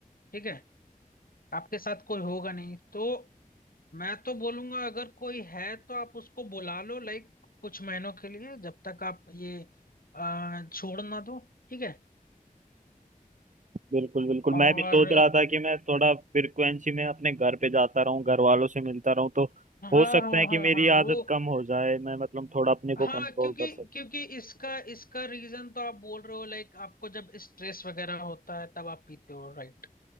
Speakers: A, on the left; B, on the right.
A: ठीक है आपके साथ कोई होगा नहीं तो मैं तो बोलूंगा अगर कोई है तो आप उसको बुला लो लाइक कुछ महीनों के लिए जब तक आप ये आ, छोड़ ना दो ठीक है
B: बिल्कुल बिल्कुल
A: और
B: मैं भी सोच रहा था कि मैं थोड़ा फ्रिक्वेंसी में अपने घर पे जाता रहूं घर वालों से मिलता रहूं तो
A: हाँ
B: हो सकता
A: हाँ
B: है कि
A: हाँ
B: मेरी
A: हाँ वो
B: आदत कम हो जाए मैं मतलब थोड़ा अपने
A: हाँ
B: को कंट्रोल
A: क्योंकि
B: कर सकूं
A: क्योंकि इसका इसका रीजन तो आप बोल रहे हो लाइक आपको जब स्ट्रेस वगैरह होता है तब आप पीते हो राइट